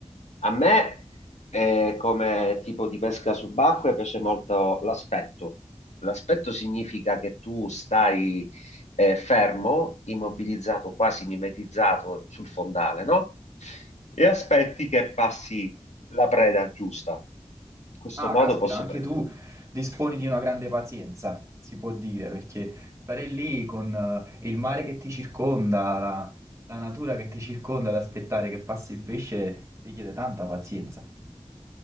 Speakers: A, on the left; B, on the right.
A: A me, eh, come tipo di pesca subacquea, piace molto l'aspetto. L'aspetto significa che tu stai eh, fermo, immobilizzato, quasi mimetizzato sul fondale, no? E aspetti che passi la preda giusta. In questo
B: Ah,
A: modo
B: caspita,
A: posso
B: anche
A: prendere.
B: tu disponi di una grande pazienza, si può dire, perché stare lì con eh, il mare che ti circonda, la, la natura che ti circonda, ad aspettare che passi il pesce richiede tanta pazienza.